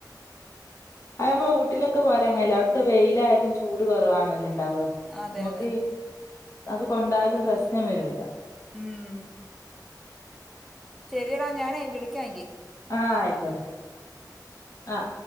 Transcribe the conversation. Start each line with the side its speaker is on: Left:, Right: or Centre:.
Left: അത നമ്മ വീട്ടിലൊക്കെ പോല അങ്ങല്ല അവിടുത്തെ വെയിലായാലും ചൂട് കുറവാണല്ലോ ഉണ്ടാവ
Centre: അതെ
Left: നമ്മക്ക്
Centre: അതെ
Left: അത് കൊണ്ടാലും പ്രശ്നം വരൂല്ല
Centre: ഉം ശരിടാ ഞാനൻ വിളിക്കാ എെങ്കി
Left: ആ ക ആഹ